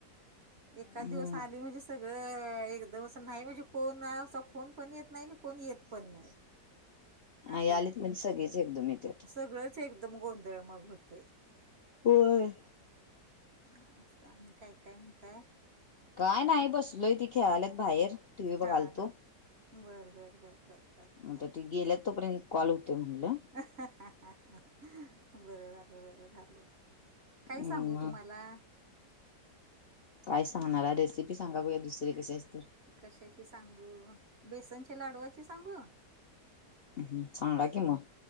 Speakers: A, on the right; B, on the left.
A: एखाद
B: हम्म
A: दिवस आली म्हणजे सगळं एकदमंच नाही म्हणजे कोण असा फोन पण येत नाही कोण येत पण नाही असं
B: आई आलीत
A: होतय
B: म्हणजे सगळीच एकदम येत्यात
A: सगळंच एक दम गोधळ मग होतय
B: होय
A: हा अस आणि काय काय म्हणताय
B: काय नाही बसलोय ती खेळाल्यात बाहेर टी व्ही बघालतो
A: हा हा बर बर बर बर बर
B: आता
A: बर
B: ती गेल्यात तोपर्यंत कॉल होतय म्हणलं
A: बर झाल बर झाल काय
B: हम्म
A: सांगू तुम्हाला
B: काय सांगणार रेसिपी सांगा बघुया दुसरी कशाचि तर
A: कशाची सांगू बेसनच्या लाडूवाची सांगू
B: हम्म सांगा की मग.